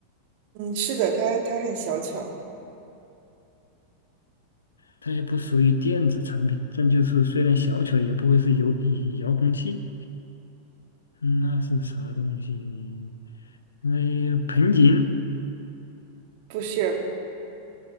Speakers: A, on the right; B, on the left.
A: 嗯，是的，它它很小巧，
B: 它也不属于电子产品，这就是虽然小巧，也不会是有以遥控器。嗯那是啥东西呢？那盆景？
A: 不是